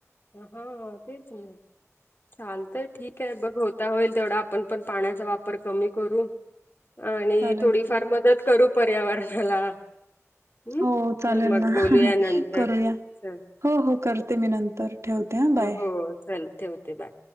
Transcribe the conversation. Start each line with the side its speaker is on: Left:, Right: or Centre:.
Left: हा तेच म चाल तर ठीक आहे बघ होता होईल तेवढा आपण पण पाण्याचा वापर कमी करू आणि
Right: चालेल
Left: थोडीफार
Right: चालेल
Left: मदत करू पर्यावरणाला हम्म.
Right: हो चालेल
Left: चल मग
Right: ना
Left: बोलूया नंतर
Right: करूया
Left: चल
Right: हो हो करते मी नंतर ठेवते हां. बाय.
Left: हो चल ठेवते बा